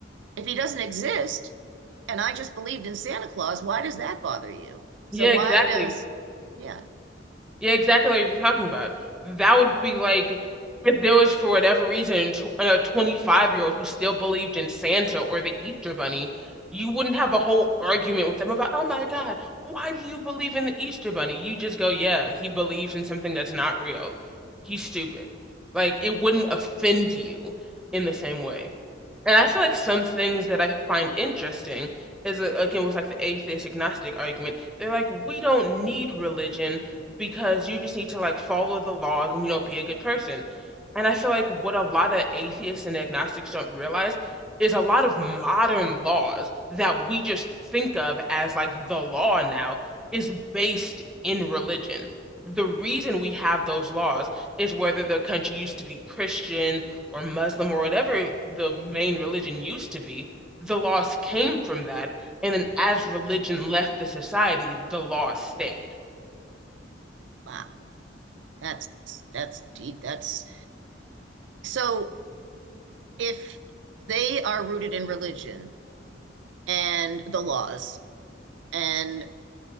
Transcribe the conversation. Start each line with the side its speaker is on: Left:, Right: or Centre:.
Right: If he doesn't exist and I just believed in Santa Claus, why does that bother you? So
Centre: Yeah,
Right: why
Centre: exactly.
Right: does, yeah,
Centre: Yeah, exactly what you're talking about. That would be like if there was, for whatever reason, tw a 25-year-old who still believed in Santa or the Easter Bunny, you wouldn't have a whole argument with them about, oh my God, why do you believe in the Easter Bunny? You just go, yeah, he believes in something that's not real. He's stupid. Like, it wouldn't offend you in the same way. And I feel like some things that I find interesting is uh, again with like the atheist agnostic argument. They're like, we don't need religion because you just need to like follow the laws and you know be a good person. And I feel like what a lot of atheists and agnostics don't realize is a lot of modern laws that we just think of as like the law now is based in religion. The reason we have those laws is whether the country used to be Christian or Muslim or whatever the main religion used to be, the laws came from that. And then as religion left the society, the laws stayed.
Right: wow, that's that's deep. That's so if they are rooted in religion and the laws and